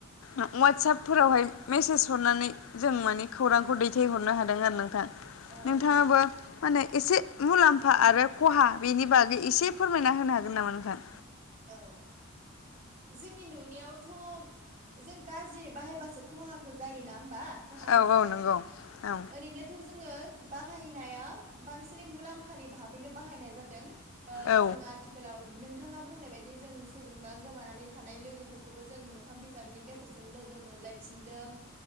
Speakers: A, on the left; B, on the right.
A: अवाटसापफोरावहाय मेसेज हरनानै जों माने खौरांखौ दैथायहरनो हादों आरो नोंथां।
B: औ
A: नोंथाङाबो
B: नंगौ
A: माने एसे मुलाम्फा आरो खहा बेनि बागै एसे फोर फोरमायना होनो हागोन नामा नोंथां?
B: औ। जोंनि नुनायावथ' जों गाज्रि बाहायबासो खहाखौ जायोना होमबा खहाखौ
A: औ
B: मोनो
A: औ नंगौ औ
B: ओरैनो थ' जोङो बाहायनाया बांसिनै मुलाम्फानि भाबैनो बाहायनाय जादों। ओ
A: औ
B: जों आथिखालाव नोंथाङा बुंनाय बायदि जों सोरजोंबा गोमाना नै थानाय लोगोफोरखौबो जों मोखां बिजाबनि गेजेरजों लोगो मोनलाय फिनदों